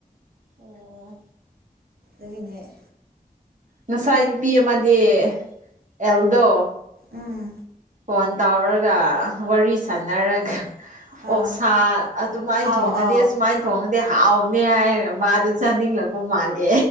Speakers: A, on the right (about 55°); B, on the right (about 80°).
A: ꯑꯣ
B: ꯑꯗꯨꯗꯒꯤꯅꯦ
A: ꯉꯁꯥꯏ ꯅꯨꯄꯤ ꯑꯃꯗꯤ ꯑꯦꯜꯗꯣ
B: ꯎꯝ
A: ꯐꯣꯟ ꯇꯧꯔꯒ ꯋꯥꯔꯤ ꯁꯥꯟꯅꯔꯒ
B: ꯑꯥ
A: ꯑꯣꯛꯁꯥ ꯑꯗꯨꯃꯥꯏꯅ
B: ꯑꯥꯎ
A: ꯊꯣꯡꯉꯗꯤ
B: ꯑꯥꯎ
A: ꯑꯁꯨꯃꯥꯏꯅ ꯊꯣꯡꯉꯗꯤ ꯍꯥꯎꯕꯅꯦ ꯍꯥꯏꯔꯒ ꯃꯥꯗ ꯆꯥꯅꯤꯡꯂꯛꯄ ꯃꯥꯂꯦ